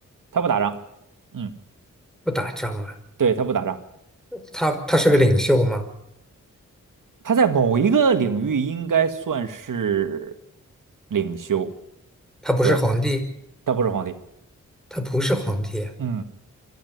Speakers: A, on the right; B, in the centre.
A: 他不打仗。嗯，
B: 不打仗啊，
A: 对，他不打仗，
B: 他他是个领袖吗？
A: 他在某一个领域应该算是领袖。
B: 他不是皇帝，
A: 对，他不是皇帝。
B: 他不是皇帝啊，
A: 嗯，